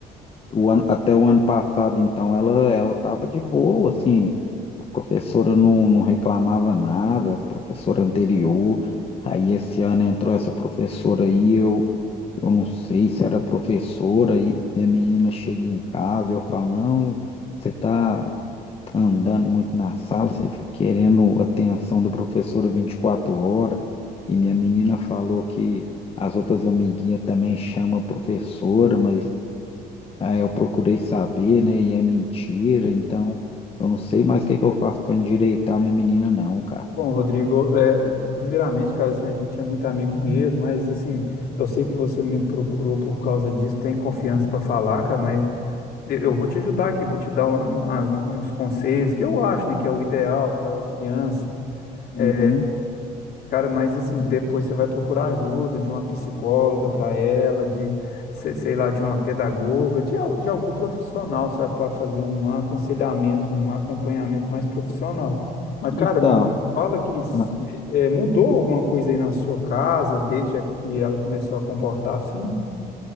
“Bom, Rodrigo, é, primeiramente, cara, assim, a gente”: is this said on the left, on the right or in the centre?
Left